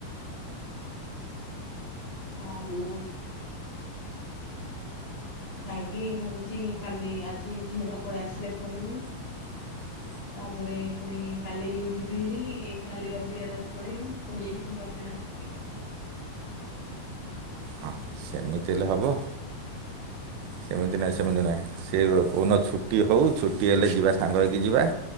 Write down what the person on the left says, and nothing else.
ଆଉ ଖାଇକି ଭାବୁଛି କାଲି ଆଜି ଝିଅ ପଳେଇ ଆସିଲେ ପଳେଇବି।
ତାପରେ ପୁଣି କାଲି ଯିବି ହେରି କାଲି ରବିବାର ଅଛି ପଳେଇବି। ପୁଣି ଯାଇ ସୋମବାର ଦିନ ଆସିବି।